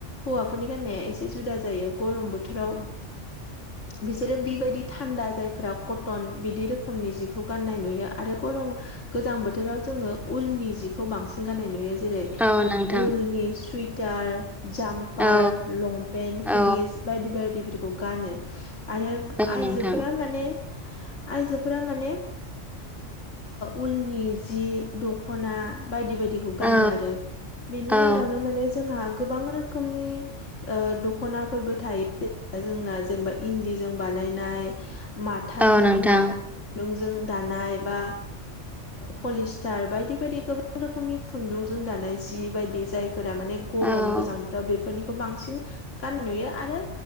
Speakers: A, on the left; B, in the centre.
A: हौवाफोरनि गाननाया एसे जुदा जायो गरम बोथोराव बिसोरो बेबायदि थान्दा जायफोरा कटन बिदि रोखोमनि जिखौ गान्नाय नुयो आरो गरम गोजां बोथोराव जोङो उलनि जिखौ बांसिन गाननाय नुयो जेरै
B: औ नोंथां
A: उलनि सुइटार जाम्पार
B: औ
A: लंपेन्ट हुदिस
B: औ
A: बायदि बायदिफोरखौ गानो आरो
B: औ
A: आइजोफोरा
B: नोंथां
A: माने आयजोफोरा माने उलनि जि दख दखना बायदि बायदिखौ गानो
B: औ
A: आरो बेनि
B: औ
A: मादावनो माने जोंहा गोबां रोखोम रोखोमनि दख'नाफोरबो थायो जोंना जेनेबा इन्दिजों बानायनाय माथानि
B: औ नोंथां
A: खुन्दुंजों दानाय बा पलिस्टार बायदि बायदि गोबां रोखोमनि खुन्दुंजों दानाय जि बायदि जाय फोर माने गरम
B: औ
A: गोजां बोथोराव बेफोरनिखौ बांसिन गाननाय नुयो आरो